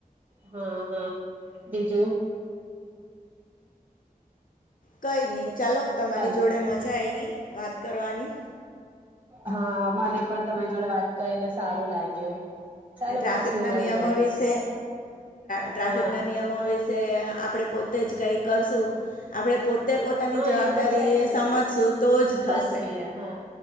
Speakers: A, on the right; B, on the left.
A: હા હા બીજું
B: કઈ નહીં ચાલો તમારી
A: હાલો
B: જોડે મજા આઈવી વાત કરવાની.
A: હા મને પણ તમારી જોડે વાત કરીને સારું લાગ્યું ચાલો
B: ટ્રાફિક
A: પછી
B: ના
A: મળીએ
B: નિયમો વિશે ટ્રાફિક
A: હા
B: ના નિયમો વિશે આપણે પોતે જ કઈ કરશું આપણે પોતે પોતાની
A: હા
B: જવાબદારી
A: એ તો છે જ
B: સમજશું
A: ને
B: તો જ
A: સાચવીએ
B: થશે
A: હા